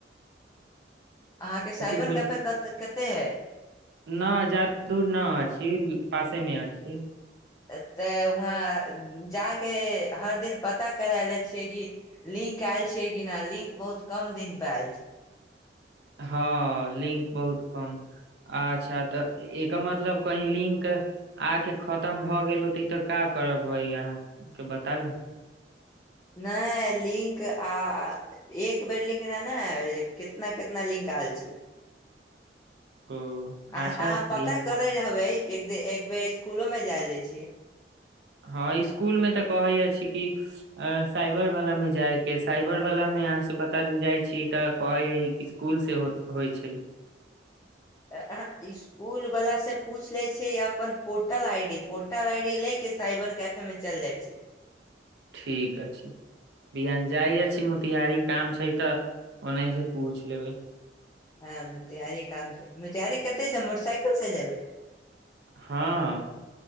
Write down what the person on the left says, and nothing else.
अहाँके साइबर
कैफे कते हय
ए तऽ वहाँ जा के हर दिन पता कराय ले छियै कि लिंक आयल छियै कि न लिंक बहुत कम दिन त आयल छै
नय लिंक आ एक बेर लिंक न न आयल कितना कितना लिंक आयल छै
अ
अहाँ
पता करै रहबै एदे एक बेर स्कूलो में जाय ले छी
ऐं हे इस् स्कूल वाला से पूछ ले छै अपन portal ID portal I D ले के साइबर कैफे मे त चल जाइ छी
हँ मतिहारी काम छै मतिहारी कथि स मोटरसइकल से जबै